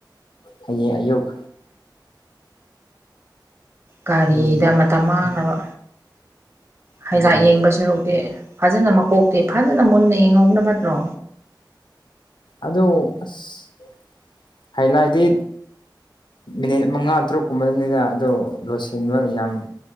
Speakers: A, on the left; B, on the right.
A: ꯍꯌꯦ ꯑꯌꯨꯛ
B: ꯀꯥꯔꯤꯗ
A: ꯑꯗꯨꯒꯤꯅꯤ
B: ꯃꯇꯝ ꯃꯥꯡꯅꯕ ꯍꯥꯏꯂꯥꯏꯏꯠ
A: ꯑꯗꯨꯅꯤ
B: ꯌꯦꯡꯗꯧ ꯁꯔꯨꯛꯇꯦ ꯐꯖꯅ ꯃꯀꯣꯛꯇꯦ ꯐꯖꯅ ꯃꯨꯟꯅ ꯌꯦꯡꯍꯧꯕꯅ ꯐꯠꯇ꯭ꯔꯣ
A: ꯑꯗꯨ ꯑꯁ ꯍꯥꯏꯂꯥꯏꯗꯤ ꯃꯤꯅꯤꯠ ꯃꯉꯥ ꯇꯔꯨꯛꯀꯨꯝꯕꯗꯅꯤꯅ ꯑꯗꯨ ꯂꯣꯏꯁꯤꯟꯕ ꯌꯥꯝ